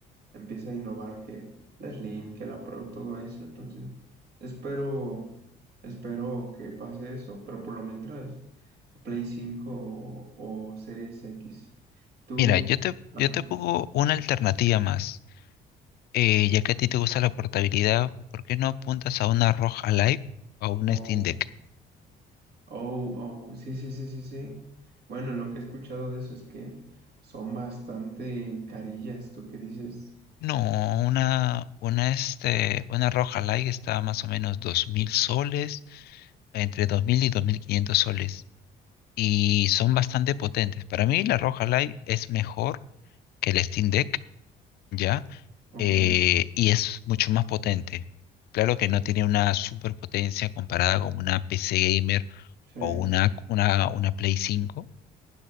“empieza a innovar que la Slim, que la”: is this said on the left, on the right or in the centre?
Right